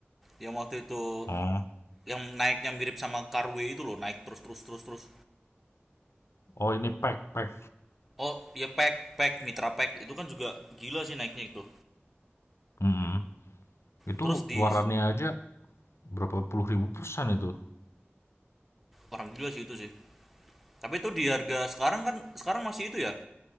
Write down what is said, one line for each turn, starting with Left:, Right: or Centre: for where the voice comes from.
Centre: Yang waktu itu
Left: Oh,
Centre: yang naiknya mirip sama Carway itu loh naik terus terus terus terus.
Left: oh ini pack pack.
Centre: Oh ya pack pack Mitra pack itu kan juga gila sih naiknya itu.
Left: mm Itu
Centre: Terus di
Left: warannya aja berapa puluh ribu persen itu.
Centre: orang gila sih itu sih. Tapi itu di harga sekarang kan sekarang masih itu ya?